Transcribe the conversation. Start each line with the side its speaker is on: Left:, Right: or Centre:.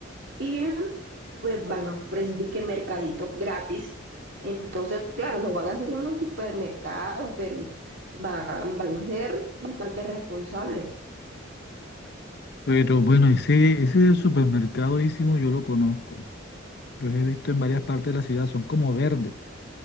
Right: Y pues van a ofrecer y que mercaditos gratis. Entonces, claro, no van a ser unos supermercados, pero van, van a ser bastante responsables.
Left: Pero bueno, ese, ese supermercadísimo yo lo conozco. Los he visto en varias partes de la ciudad, son como verdes